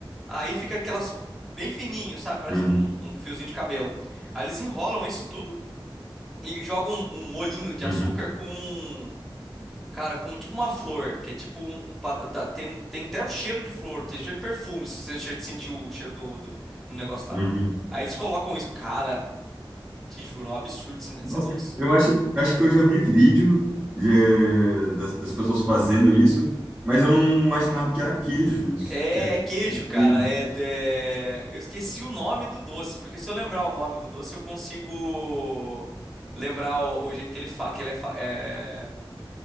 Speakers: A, in the centre; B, on the right.
A: Aí fica aquelas bem fininho, sabe? Parece
B: Uhum.
A: um, um fiozinho de cabelo. Aí eles enrolam isso tudo e jogam um, um molhinho de
B: Uhum.
A: açúcar com, cara, com tipo uma flor, que é tipo um, pra dar- tem, um- tem até o cheiro de flor, tem cheiro de perfume, se você che- sentiu o cheiro do, do, do negócio
B: Uhum.
A: lá. Aí eles colocam isso, cara, te juro, é um absurdo esse, esse
B: Nossa,
A: doce.
B: eu acho, acho que eu já vi vídeo eh, das, das pessoas fazendo isso, mas eu não imaginava que era queijo isso,
A: É,
B: que é
A: é queijo, cara.
B: queijo.
A: É, é- Eu esqueci o nome do doce, porque se eu lembrar o nome do doce, eu consigo lembrar o, o jeito que ele fala, que ele é, fa- é-